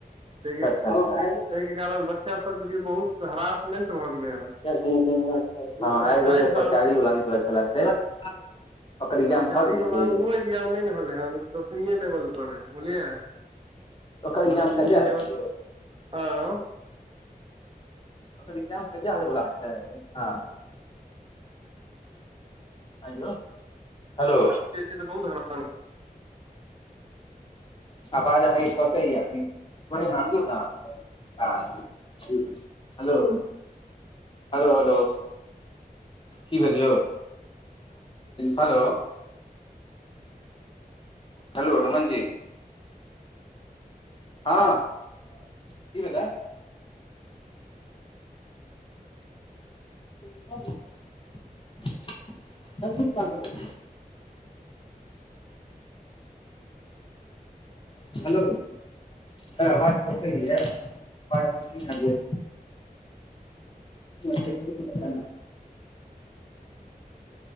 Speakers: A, on the right; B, on the left.
A: <unintelligible>
B: ह <inaudible>
A: के कारण बच्चा सब बुझियऔ बहुत हेरासमेंट भऽ गेलै हन
B: हँ
A: चारि
B: एगो जे
A: साल
B: पचारी वाल निकलै छले से <unintelligible> ओकर एग्जाम
A: परिचारी
B: भऽ गेलै
A: वाला
B: की
A: ओहो एग्जाम नहि ने भेलै हन दसमीए लेवल पर है बुझलियै
B: ओकर एग्जाम
A: दसमीए
B: कहिया हेतय
A: लेवल
B: यो
A: हँ ई
B: इगजाम कहिया होय वाला छय परिक्षा ऐयो हेलो
A: सब जे से बहुत हैरान <inaudible>
B: अबाज अहाँ के कटये कनी ऊपर मै आबियो न हलो हेलो हेलो की भेल यो हेलो हेलो रमनजी हँ कि भेले <unintelligible> हेलो है आवज कटये आवज नहि अवय ये <unintelligible>